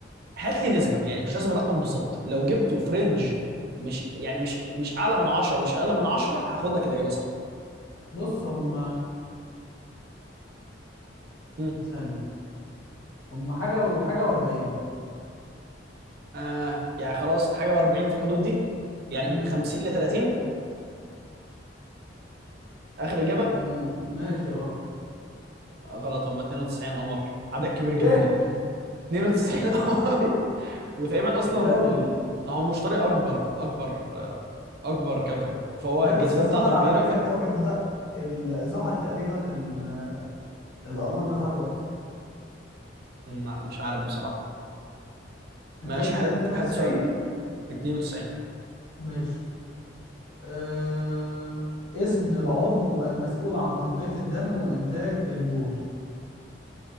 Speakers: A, on the right; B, on the left.
A: هات لي نسبه يعني مش لازم الرقم بالظبط لو جبته في رينج مش يعني مش مش اعلى من 10 ومش اقل من 10 هاخد لك الاجابه صح
B: بص هم
A: مم.
B: ثانية هم حاجة وحاجة واربعين
A: آه يعني خلاص حاجه و40 في الحدود دي يعني
B: امم
A: من 50 ل 30 اخر اجابه
B: أمم، ماشي اه
A: غلط هم 92 قمر عدد كبير جدا
B: ايه
A: 92 قمر <laughs> وتقريبا
B: كتير
A: اصلا
B: قوي
A: ال... هو مشتري اكبر اكبر آه، اكبر كوكب فهو
B: ده
A: الجاذبيه
B: بس زحل
A: بتاعته
B: على
A: كبيره
B: فكرة
A: ف
B: الكواكب بتاع ال- زحل تقريبا ال- الأقمار بتاعته أكتر
A: ما- مش عارف بصراحه
B: أنت
A: ماشي
B: قلت ده
A: هات
B: 92
A: هات سؤالك 92
B: ماشي أه... اسم العضو المسؤول عن تنقية الدم وإنتاج البول